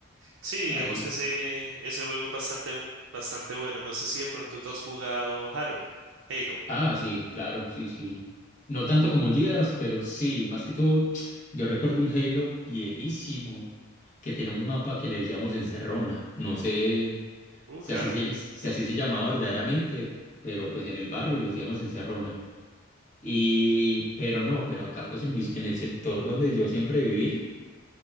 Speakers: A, on the right; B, on the left.
A: Sí,
B: ahí.
A: digamos que ese, ese juego es bastante, bu- bastante bueno. No sé si de pronto tú has jugado Halo. Halo.
B: Ah, sí, claro, sí, sí. No tanto como Gears, pero sí, más que todo, <tsk> yo recuerdo un Halo viejísimo que tiene un mapa que le decíamos Encerrona. No sé.
A: Uh,
B: si
A: claro.
B: así se, si así se llamaba verdaderamente, pero pues en el barrio le decíamos encerrona. Y, pero no, pero acá pues en, mis- en el sector donde yo siempre viví,